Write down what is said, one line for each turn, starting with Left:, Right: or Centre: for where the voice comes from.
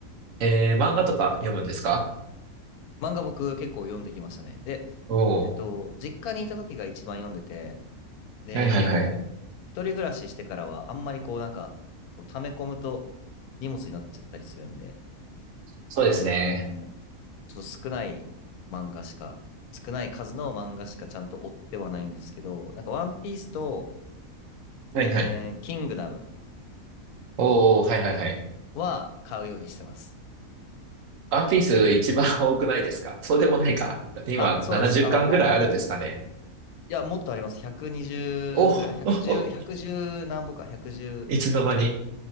Right: えー、漫画とか読むんですか
Left: 漫画僕結構読んできましたね。で、
Right: おお
Left: えっと、実家にいた時が一番読んでて、で、
Right: ー、はいはいはい。
Left: 一人暮らししてからはあんまりこうなんか、こう溜め込むと荷物になっちゃったりするんで、
Right: そうですね。
Left: あのーちょっと少ない漫画しか、少ない数の漫画しかちゃんと追ってはないんですけど、なんかワンピースと、
Right: はいはい。
Left: えーキングダム
Right: おお、はいはいはい。
Left: は買うようにしてます。
Right: ワンピース一番多くないですかそうでもないか。今70巻ぐらいあるんですかね。
Left: あ、そうなんですよ。あの、お、いや、もっとあります。120ぐらい、
Right: お
Left: 110、
Right: お、
Left: 1何本か、110ちょい
Right: <laughs> いつの間に。